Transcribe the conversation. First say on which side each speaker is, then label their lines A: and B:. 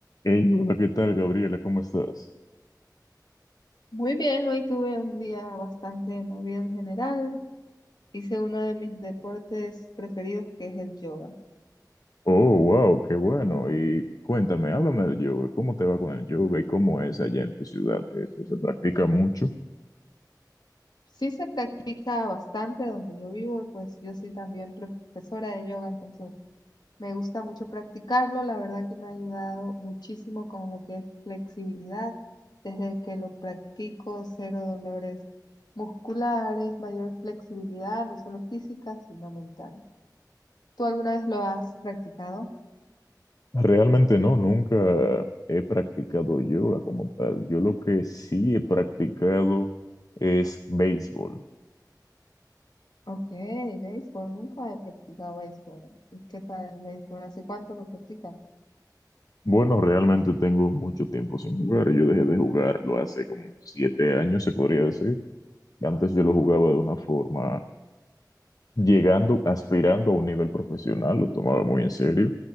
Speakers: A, on the left (about 55°); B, on the left (about 70°).
A: Hey, hola, ¿qué tal, Gabriela? ¿Cómo estás?
B: Muy bien, hoy tuve un día bastante movido en general. Hice uno de mis deportes preferidos que es el yoga.
A: Oh, wow, qué bueno. Y cuéntame, háblame del yoga. ¿Cómo te va con el yoga y cómo es allá en tu ciudad? ¿Eso se practica mucho?
B: Sí se practica bastante donde yo vivo, pues yo soy también profesora de yoga, entonces me gusta mucho practicarlo. La verdad que me ha ayudado muchísimo con lo que es flexibilidad. Desde que lo practico, cero dolores musculares, mayor flexibilidad, no solo física, sino mental. ¿Tú alguna vez lo has practicado?
A: Realmente no, nunca he practicado yoga como tal. Yo lo que sí he practicado es béisbol.
B: Ok, béisbol, nunca he practicado béisbol. ¿Y qué tal el béisbol? ¿Hace cuánto lo practicas?
A: Bueno, realmente tengo mucho tiempo sin jugar. Yo dejé de jugarlo hace como siete años, se podría decir. Antes yo lo jugaba de una forma llegando, aspirando a un nivel profesional, lo tomaba muy en serio.